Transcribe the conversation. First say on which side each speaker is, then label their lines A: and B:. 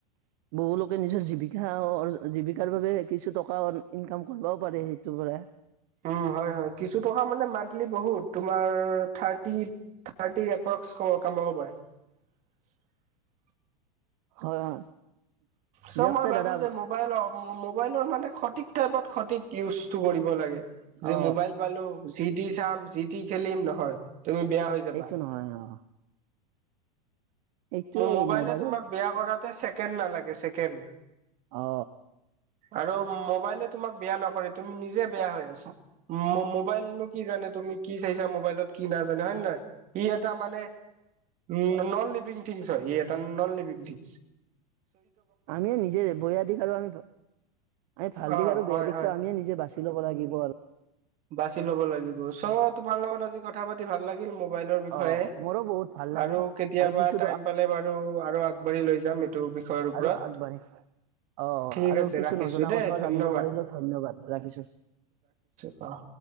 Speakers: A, on the right; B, on the right.
A: বহু লোকে নিজৰ জীৱিকা জীৱিকাৰ বাবে কিছু টকা ইনকাম কৰিবও পাৰে। টো পৰা
B: উম হয় হয় কিছু টকা মানে মান্থলি বহুত তোমাৰ থাৰ্টি থাৰ্টি এপক্স কাম কামাব পাৰে <inaudible>
A: হয় হয়
B: চ
A: দিয়ক
B: মই
A: তে
B: ভাবো
A: দাদা
B: যে মোবাইলৰ মোবাইলৰ মানে সঠিক তইপত খতিক ইউচ কৰিব লাগে যে
A: অ
B: মোবাইল পালো। জিটি চাম, জি টি খেলিম নহয় তুমি বেয়া হৈ যাবা।
A: একটো নহয় অ। এইটোয়ে
B: মোবাইলে
A: মোবাইলৰ
B: তোমাক বেয়া কৰাতে ছেকেণ্ড নালাগে ছেকেণ্ড?
A: অ
B: আৰু মোবাইলে তোমাক বেয়া নকৰে তুমি নিজ নিজে বেয়া হৈ আছা মবাইল নো কি জানে তুমি কি চাইছা যে মবাইলত কি নাজানে হয় নহয় ই এটা মানে ই নন পিং থিংছ হয় ই এটা নন লিভিঙ ঠিং।
A: আমিও নিজে বৈ। দিশ আৰু আমি ভাল
B: অ
A: দিশ আৰু
B: হয়
A: বেয়া দিশতো
B: হয়।
A: আমিয়ে নিজে বাচি ল'ব লাগিব আৰু।
B: বাছি ল'ব লাগিব চ তোমাৰ লগত আজি কথা পাতি ভাল লাগিল মোক ম'বাইলৰ বিষয়ে
A: অ মোৰো বহুত ভাল লাগিল
B: আৰু কেতিয়া
A: আৰু
B: বা
A: কিছু
B: টাইম পালে বাৰু আৰু আগবাঢ়ি লৈ যাম এইটো বিষয়ৰ ওপৰত
A: আৰু আগবাঢ়ি অ
B: ঠিক
A: আৰু
B: আছে
A: কিছু
B: ৰাখিছো
A: নজনা
B: দেই
A: কথাও
B: ধন্যবাদ
A: জানিব পাৰিলো ধন্যবাদ ৰাখিছো।
B: অঁ